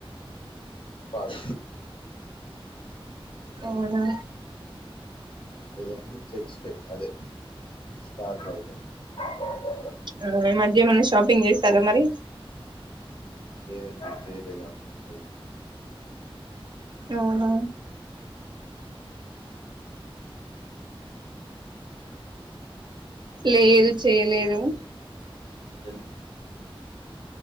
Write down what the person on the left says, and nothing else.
పర్
<unintelligible>
లేదండి చేయలేదు అమ్మ ఉండేది
చెల్